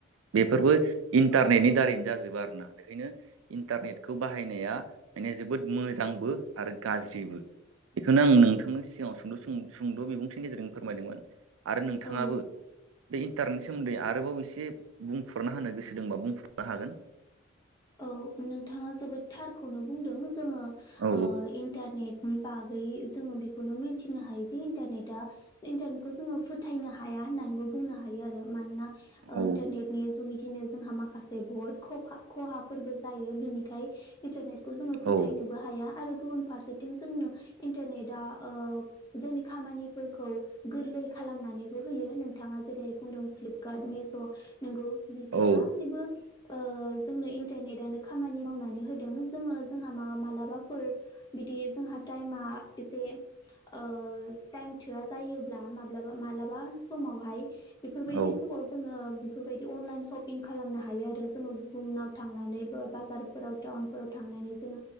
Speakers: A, on the right (about 85°); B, on the left (about 20°).
A: बे बेफोरबो इन्टारनेटनि दारैनो जाजोबो आरोना बेखायनो इन्टारनेटखौ बाहायनाया माने जोबोद मोजांबो आरो गाज्रिबो बेखौनो आं नोंथांनि सिगाङाव सुंद' सुंद' बिबुंथिनि गेजेरजों फोरमायदोंमोन आरो नोंथाङाबो
B: औ
A: बे इन्टारनेनि सोमोन्दै आरोबाव एसे बुंफोरना होनो गोसो दंबा बुंफोरनो हागोन
B: औ नोंथाङा जोबोद थारखौनो बुंदों जोङो
A: औ
B: ओ इन्टारनेट नि बागै जोङो बेखौनो मिथिनो हायो जे इन्टारनेटा इन्टारनेटखौ जोङो फोथायनो हाया होननानैबो बुंनो हायो आरो मानोना ओ
A: औ
B: इन्टारनेटनि जुगैदिनो जोंहा माखासे बहुद खफा खहाफोरबो जायो बिनिखाय इन्टारनेटखौ जोङो फोथायनोबो
A: औ
B: हाया आरो गुबुन फारसेथिं जोंनो इन्टारनेटआ जोंनि खामानिफोरखौ गोरलै लै खालामनानैबो होयो नोंथाङा जेरै बुंदों फ्लिपकार्ट मिस' नंगौ बेफोर
A: औ
B: गासैबो ओ जोंनो इन्टारनेटानो खामानि मावनानै होदों जोङो जोंहा मा मालाबाफोर बिदि जोंहा टाइमा एसे ओ टायेम थोआ जायोब्ला माब्लाबा मालाबा समावहाय बेफोरबायदि
A: औ
B: समाव जोङो बेफोरबायदि अनलाइन सपिं खालामनो हायो आरो जोङो बुंना थांनानैबो बाजार फोराव टाउन फोराव थांनानै जोङो